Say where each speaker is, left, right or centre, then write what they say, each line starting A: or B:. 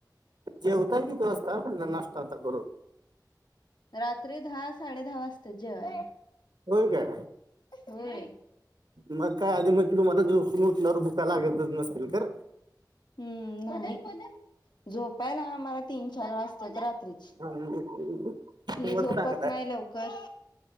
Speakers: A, on the right; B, on the left.
A: जेवताय कीती वाजता म्हटलं, नाष्ट आता करुन.
B: रात्री दहा, साडे -दहा वाजतय जेवायला.
A: होय काय
B: व्हयं.
A: मग काय आधी मग तुम्हाला झोपून उठल्यावर भुका लागतच नसतील खरं.
B: हम्म. नाही झोपायला आम्हाला तीन- चार वाजत्यात रात्रीची.
A: मग
B: हि झोपत
A: चांगलाय
B: नाही लवकर.